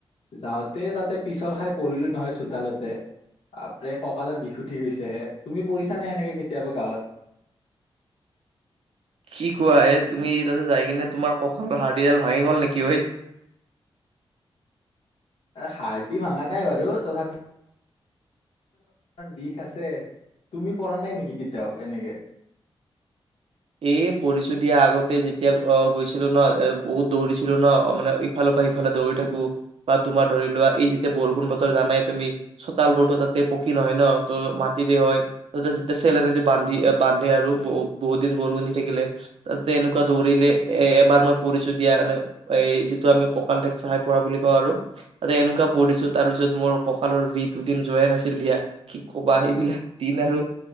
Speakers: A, on the left; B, on the right.
A: যাওঁতে তাতে পিছল খাই পৰিলো নহয় চোতালতে বাপৰে ককালে বিষ উঠি গৈছে হে তুমি পৰিছানে সেনেকে কেতিয়াবা গাঁৱত।
B: কি কোৱা এ তুমি তাতে যাই কিনে তোমাৰ ককালৰ হাৰডিডাল ভাঙি গল নেকি ঐ?
A: হাৰডি ভাঙা নাই বাৰু তথাপি বিষ আছে তুমি পৰা নাই নেকি কেতিয়াও এনেকে।
B: এ পৰিচয় দিয়া আগতে যেতিয়া আহ গৈছিলো ন এ বহুত দৌৰিছিলো ন মানে ইফালৰ পৰা সিফালে দৌৰি থাকো বা তোমাৰ ধৰি লোৱা এই যেতিয়া বৰষুণ বতৰ জানাই তুমি চোতাল বোৰতো তাতে পকী নহয় ন ত মাটিতে হয় ত যেতিয়া চেলেনিদি বান্ধি বান্ধে আৰু ব বহুত। বৰষুণ দি থাকিলে, তাতে এনেকুৱা দৌৰিলে এ এবাৰ মই পঢ়িছোঁ দিয়া মানে এ যিটো আমি কঁকাল ফেকচাৰ খাই পঢ়া বুলি কওঁ আৰু তাতে এনেকুৱা পঢ়িছো তাৰপিছত মোৰ কঁকালৰ বিষ দুদিন যোৱাই নাছিল দিয়া কি কবা সেইবিলাক দিন আৰু।